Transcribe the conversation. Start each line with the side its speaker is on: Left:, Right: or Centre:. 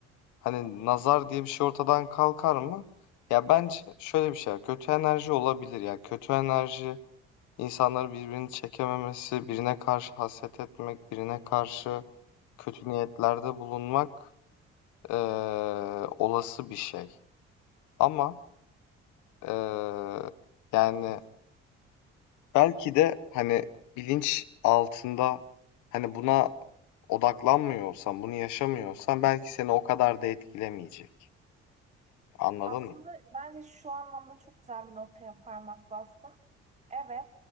Left: hani nazar diye bir şey ortadan kalkar mı? Ya bence şöyle bir şey var, Kötü enerji olabilir ya. Kötü enerji insanları birbirini çekememesi, birine karşı haset etmek, birine karşı kötü niyetlerde bulunmak eee, olası bir şey. Ama eee, yani belki de hani bilinç altında hani buna odaklanmıyorsan, bunu yaşamıyorsan belki seni o kadar da etkilemeyecek. Anladın
Right: Aslında
Left: mı?
Right: bence şu anlamda çok güzel bir noktaya parmak bastın. Evet,